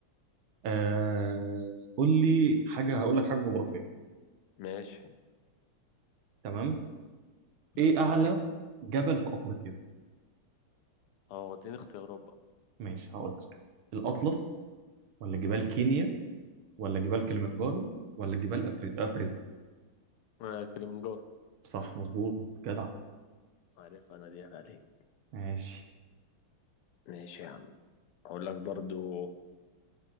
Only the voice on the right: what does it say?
آه... قول لي حاجه هقول لك حاجه جغرافيه
تمام ايه
اعلى جبل في افريقيا
ماشي هقول لك الأطلس ولا جبال
كينيا ولا جبال كليمنجارو ولا جبال أفر... أفرست
صح مظبوط جدع
ماشي